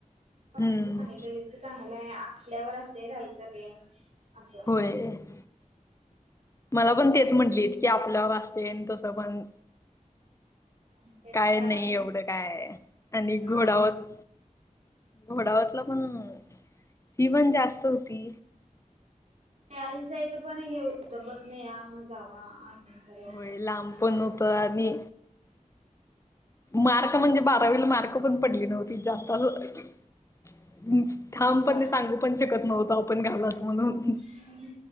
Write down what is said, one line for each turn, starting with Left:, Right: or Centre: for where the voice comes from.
Right: पण
Left: हम्म
Right: असं सांगितलेलं इतक चांगलं आहे आपल्यावर असं राहायचं तेन असं.
Left: ह आहे मला पण तेच म्हटलीत की आपलं वाचतेन तसं पण
Right: तेच
Left: काय
Right: मग त्यानंतर
Left: नाही एवढं काय आणि घोडावत
Right: हा
Left: घोडावतला पण फी पण जास्त होती.
Right: यायचं जायचं पण हे होतं बसन या मग जावा. आणि परत
Left: हो लांब
Right: असं
Left: पण हुत आनी मार्क म्हणजे बारावीला मार्क पण पडली नव्हती जास्त अस ठाम
Right: होय
Left: पण सांगू पण शकत नव्हतो आप आपण घालाच म्हणून.
Right: ह